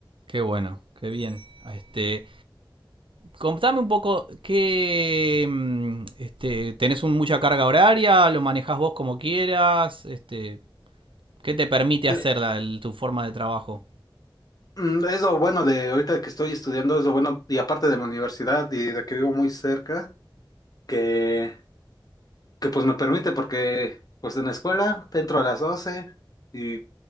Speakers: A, on the right (about 80°); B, on the left (about 45°).
A: Qué bueno, qué bien. Este, Contame un poco qué mm, este, tenés un- mucha carga horaria, lo manejás vos como quieras, este, qué te permite
B: Eh,
A: hacer la- el- tu forma de trabajo.
B: Mm, Es lo bueno de ahorita que estoy estudiando, es lo bueno, y aparte de mi universidad y de que vivo muy cerca, que, que pues me permite, porque pues en la escuela entro a las 12 y